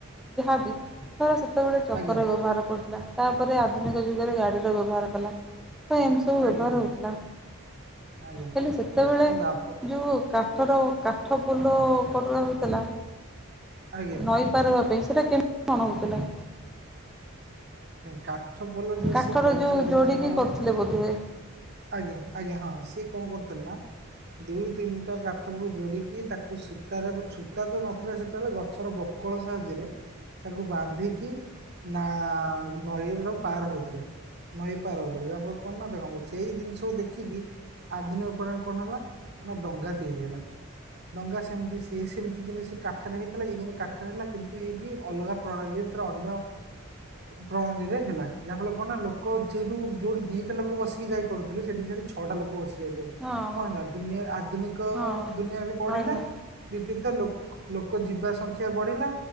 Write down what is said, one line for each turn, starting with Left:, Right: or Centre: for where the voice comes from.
Centre: ଯାହାବି ଧର ସେତେବେଳେ ଚକର
Right: ଆଜ୍ଞା
Centre: ବ୍ୟବହାର କରୁଥିଲା। ତା ପରେ ଆଧୁନିକ ଯୁଗରେ ଗାଡ଼ିର ବ୍ୟବହାର କଲା। ତ ଏମତି ସବୁ
Right: ଆଜ୍ଞା
Centre: ବ୍ୟବହାର
Right: ଆଜ୍ଞା ଆଜ୍ଞା
Centre: ହେଉଥିଲା
Right: ଆଜ୍ଞା ଆଜ୍ଞା
Centre: ହେଲେ ସେତେ ବେଳେ
Right: ଶୁଣନ୍ତୁ ଆପ
Centre: ଯୋଉ କାଠର କାଠ ପୋଲ କରୁବା ହେଉଥିଲା
Right: ଆଜ୍ଞା
Centre: ନଈ ପାରିବା ପାଇଁ ସେଟା କେମିତି କଣ ହଉଥିଲା?
Right: କାଠ ପୋଲ ଯୋଉ
Centre: କାଠର
Right: ସିଏ କରୁଥିଲେ
Centre: ଯେଉଁ
Right: ଯେମିତି
Centre: ଯୋଡ଼ିକି
Right: ଆମର
Centre: କରୁଥିଲେ ବୋଧହୁଏ
Right: ଆଜ୍ଞା ଆଜ୍ଞା ହଁ ସିଏ କଣ କରୁଥିଲା। ଦୁଇ ତିନିଟା କାଠକୁ ଯୋଡିକି ତାକୁ ସୂତାରେ ସୂତା ତ ନଥିଲା ସେତେ ବେଳେ ଗଛର ବକ କଳ ସାହାଯ୍ୟରେ ତାକୁ ବାନ୍ଧିକି ନାଆ ଭୟ ର ପାର ହେଉଥିଲେ। ନଈ ପାର ହେଉଥିଲେ ଯାହା ପରେ କଣ ନା ଦେଖନ୍ତୁ ସେଇ ଜିନିଷକୁ ଦେଖିକି ଆଧୁନିକ ପରେ କଣ ହେଲା ନା ଡଙ୍ଗା ତିଆରି ହେଲା। ଡଙ୍ଗା ସେମିତି ସିଏ ସେମିତି କିନ୍ତୁ ସିଏ କାଠରେ ହେଇଥିଲା ଇଏ କିନ୍ତୁ କାଠରେ ହେଲା କିନ୍ତୁ ଇଏ ଟିକେ ଅଲଗା ପ୍ରଣାଳୀରେ ତାର ଅନ୍ୟ ପ୍ରଣାଳୀ ରେ ହେଲା ଯାହା ଫଳ ରେ କଣ ନା ଲୋକ ଜେଇଠୁ ଯୋଉଠି ଦିଟା ଲୋକ ବସିକି ଯାଇ ପାରୁଥିଲେ ସେଠି ସେଠି ଛଅଟା ଲୋକ ବସି ଯାଇପାରିବେ
Centre: ହଁ ହଁ
Right: କଣ ହେଲା ଦୁନିଆଁ ଆଧୁନିକ
Centre: ହଁ।
Right: ଦୁନିଆଁ ରେ ବଢିଲା
Centre: ଆଜ୍ଞା
Right: ବିତିତ ଲୋକ ଲୋକ ଯିବା ସଂଖ୍ୟା ବଢିଲା